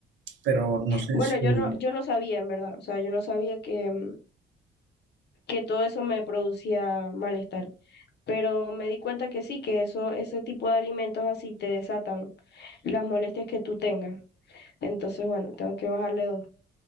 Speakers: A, on the right; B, on the left.
A: Pero no sé
B: Bueno,
A: si...
B: yo no, yo no sabía, en verdad. O sea, yo no sabía que, mm, que todo eso me producía malestar. Pero me di cuenta que sí, que eso, ese tipo de alimentos así te desatan las molestias que tú tengas. Entonces, bueno, tengo que bajarle dos.